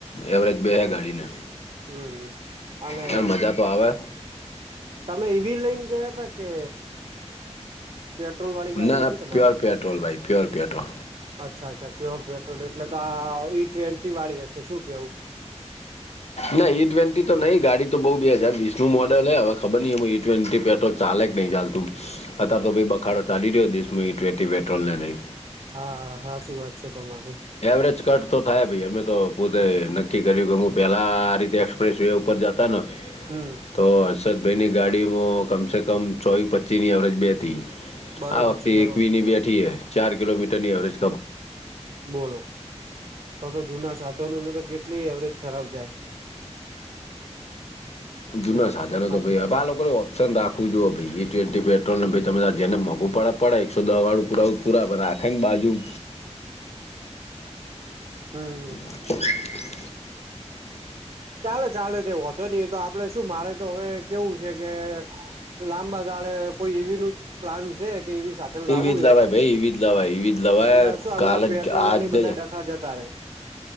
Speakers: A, on the left; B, on the right.
A: એવરેજ બે છે ગાડીને.
B: હમ અને.
A: યાર મજા તો આવે
B: તમે એવી લઈને ગયા તા કે પેટ્રોલ વાળી ગાડી
A: ના ના
B: હતી તમારે.
A: પ્યોર પેટ્રોલ ભાઈ પ્યોર પેટ્રોલ
B: અચ્છા અચ્છા પ્યોર પેટ્રોલ એટલે તો આ ઈ ટ્વેન્ટી વાળી હશે શું કેવું.
A: ના ઈ ટ્વેન્ટી તો નઈ ગાડી તો બઉુ બે હજાર વીસ નું મોડલ હવે ખબરહિ એમું ઈ્વેન્ટી પેટ્રોલ ચાલે. નહી ચાલતું અતાર તો ભાઈ બખાડો ચાલી રહ્યો દશું ટટી પેટ્રોલ ને નઈ.
B: હા હા સાચી વાત છે તમારી.
A: એવરેજ કટ તો થાય ભાઈ અમે તો પોતે નક્કી કર્યું કે હું પેલા આ રીતે એક્સપ્રેસ વે ઉપર જતા ત નુ
B: હમ
A: તો હર્ષદભાઈની ગાડીમાં કમસેે કમ ચોવીસ પચ્ચીસની એવરેજ બે હતી.
B: બરોબર
A: આ વખતે
B: છે બરોબર
A: એકવીસ ની બેઠી છે ચાર કિલોમીટર ની એવરેજ
B: બોલો તો તો જુના સાધનોનો તો કેટલી એવરેજ ખરાબ જાય
A: જૂના
B: હમ.
A: સાધનોનો
B: સાચી
A: તો ભાઈ
B: વાત હ
A: આ લોકો ન રાખું જોઓ ભાઈ ટ્વેન્ટી પેટ્રોલ ને ભાઈ તમે જેને મોંઘુ પડે એકસો દસ વાળું પુરાું પૂરા બ આખેંગ બાજું
B: હમ હમ
A: <unintelligible>
B: ચાલે ચાલે તે વાંધો નહીં તો આપડે શું મારે તો હવે કેવું છે કે લાંબા ગાળે કોઈ એવો પ્લાન છે. એવુ સાધન લાવું
A: એવી જ
B: છે
A: લવાય ભાઈ એવી જ લવાય એવી જ લવાય
B: એટલે શું આ
A: કાલ
B: બધા પેટ્રોલના
A: જ આજ
B: બધા
A: જ
B: ડખા જતા રે.